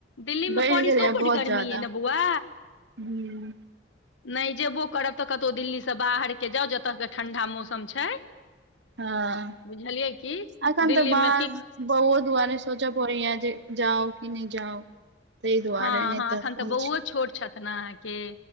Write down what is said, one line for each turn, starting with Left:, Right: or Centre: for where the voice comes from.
Left: दिल्लीमे
Right: बढ़ि
Left: पड़ी
Right: गेलै
Left: तू बड
Right: बहुत
Left: गर्मी
Right: जादा
Left: है ने बुआ
Right: ह
Left: नहि जेबो करब तऽ कतहु दिल्लीसँ बाहरके जाउ जतयके ठं्डा मौसम छै
Right: हँ
Left: बुझलियै की
Right: आखन
Left: दिल्ली
Right: तऽ बर
Left: मे की
Right: बहु दआ सोचा पया जे जाउ कि नहि जाउ ताहि दुआरे
Left: हँ
Right: नहि
Left: हँ एखन
Right: कोन
Left: तऽ बौओ
Right: छै
Left: छोट छथि ने अहाँके